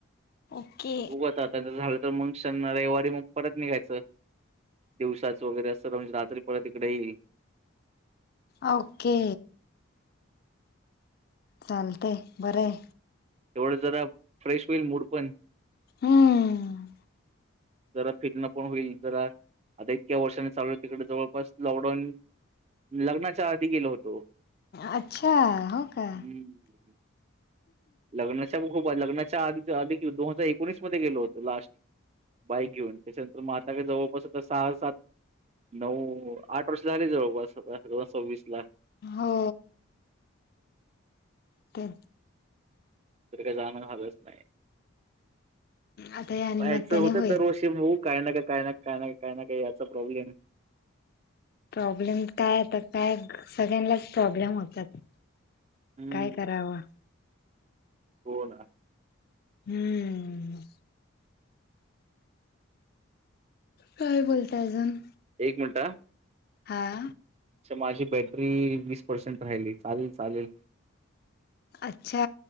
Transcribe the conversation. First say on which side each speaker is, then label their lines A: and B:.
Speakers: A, on the left (about 45°); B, on the right (about 30°).
A: ओके
B: उग आता झालं मग शन रविवारी मग परत निघायचं दिवसाचं वगैरे अस म्हणजे रात्री परत इकडे येईल
A: ओके चालतय बरं
B: एवढं जरा फ्रेश होईल मूड पण
A: हम्म
B: जरा फिरणं पण होईल जरा आता इतक्या वर्षानी चाललं तिकडे जवळपास लॉकडाऊन लग्नाच्या आधी गेलो होतो
A: अच्छा हो का
B: हम्म लग्नाच्या ख लग्नाच्या आधी दोन हजार एकोणविस मधे गेलो होतो बाईक घेऊन म आताा का जवळपास आता सहा सात नऊ आठ वर्ष झाली जवळपास आता दोन हजार सव्वीस ला
A: हो ते
B: तिकडे जाणं झालंच नाही
A: आता या निमित्ताने
B: वायच होत
A: होईल
B: दरवर्षी बु काय ना का काय नाही काय नाही का काय ना काय याचा प्रॉब्लेम
A: प्रॉब्लेम काय आता काय सगळ्यांनाच प्रॉब्लेम होतात
B: हम्म
A: काय करावं
B: हो ना
A: हम्म काय बोलताय अजून
B: एक मिनटं
A: हा
B: <unintelligible> माझी बॅटरी वीस पर्सेंट राहिली चालेल चालेल
A: अच्छा